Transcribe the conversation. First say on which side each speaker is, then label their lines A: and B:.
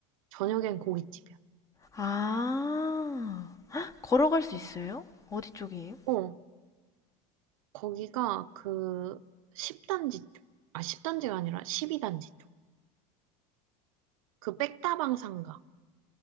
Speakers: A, on the right (about 75°); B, on the left (about 20°).
A: 저녁엔 고깃집이야.
B: 아, 헉, 걸어갈 수 있어요?
A: 음.
B: 어디 쪽이에요?
A: 어, 거기가 그 10단지 쪽. 아, 10단지가 아니라 12단지 쪽. 그 백다방 상가.